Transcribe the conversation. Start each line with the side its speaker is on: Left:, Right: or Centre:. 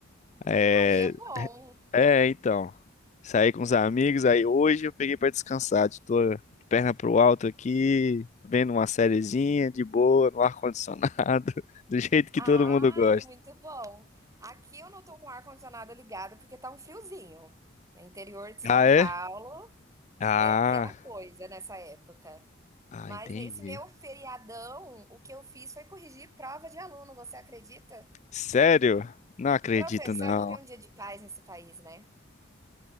Left: é,
Right: Aí é bom.
Left: É, então. Saí com os amigos, aí hoje eu peguei pra descansar. Tô de perna pro alto aqui, vendo uma sériezinha de boa, no ar-condicionado, <laughs> do jeito que
Right: Ah,
Left: todo mundo gosta.
Right: é muito bom. Aqui eu não tô com o ar-condicionado ligado porque tá um friozinho. No interior de São
Left: Ah, é?
Right: Paulo
Left: Ah,
Right: é aquela coisa nessa época.
Left: ah,
Right: Mas
Left: entendi.
Right: nesse meu feriadão, o que eu fiz foi corrigir prova de aluno, você acredita?
Left: Sério? Não acredito,
Right: Professor
Left: não.
Right: não tem um dia de paz nesse país, né?